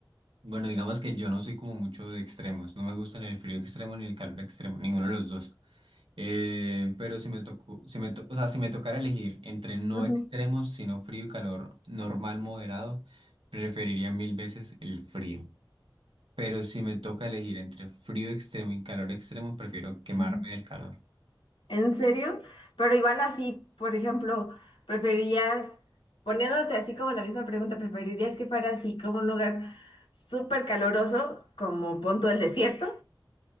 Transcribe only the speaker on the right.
Bueno, digamos que yo no soy como mucho de extremos. No me gusta ni el frío extremo ni el calor extremo, ninguno de los dos. Eh, pero si me tocó, si me to- o sea, si me tocara elegir entre no
extremos, sino frío y calor normal moderado, preferiría mil veces el frío. Pero si me toca elegir entre frío extremo y calor extremo, prefiero quemarme
del calor.